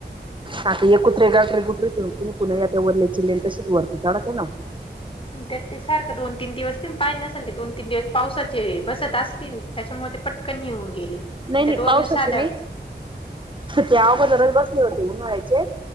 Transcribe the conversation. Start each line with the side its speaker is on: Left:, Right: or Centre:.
Right: ह ते एक कुत्रे गाठरे गुठरे त कुणी कुण आ त्या वरले चिलेल तशीच वरती काढत आहे ना <inaudible>
Left: आणि त्यात ते सारखं दोन तीन दिवस ते पाहिले नसेल ते दोन तीन दिवस पावसाचे बसत असतील त्याच्यामुळे ते पटकन येऊन गेले.
Right: नाही
Left: त्यात
Right: नाही
Left: वरून
Right: पावसाची
Left: साधं
Right: नाही ते अगोदररच बसले होते उन्हाळ्याचे